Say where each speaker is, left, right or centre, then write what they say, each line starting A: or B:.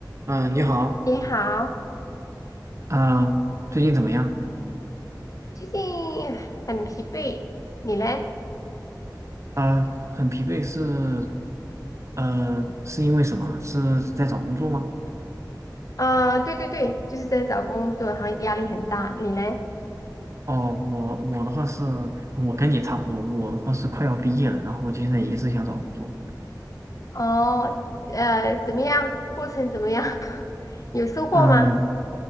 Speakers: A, on the right; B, on the left.
A: 嗯，呃你好，
B: 你好，
A: 啊、最近怎么样？
B: 最近很疲惫，你嘞？
A: 啊、很疲惫是，呃，是因为什么？是在找工作吗？
B: 啊、对对对，就是在找工作，然后压力很大，你嘞？
A: 哦，我我的话是，我跟你差不多，我的话是快要毕业了，然后现在也是想找工作。
B: 哦，呃，怎么样？过程怎么样？<laughs> 有收获吗？
A: 嗯、